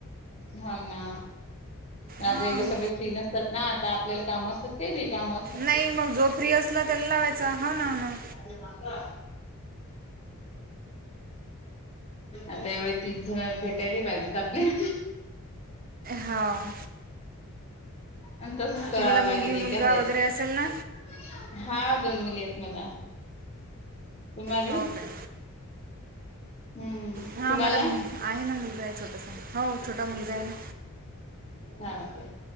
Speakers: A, on the left; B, on the right.
A: हो ना. मग आता
B: हां
A: एवढे सगळे फ्री नसतात ना आता आपल्याला काम असत. केले कामं
B: नाही मग जो फ्री असला त्याला लावायचा हो ना हो ना.
A: <inaudible> आता एवढे तीस जण भेटाय वी पाहिजेत आपले.
B: हाव.
A: आण तसच करावं
B: तुम्हाला मुलगी
A: लागेल एखाद्या
B: मुलगा वगैरे असेल ना
A: हा दोन मुली आहेत मला तुम्हाले?
B: हो
A: <inaudible>
B: काय
A: हम्म
B: हा
A: तुम्हाला
B: मला
A: हा
B: म आहे ना मुलगा आहे छोटासा हो छोटा मुलगा आहे ना.
A: हा का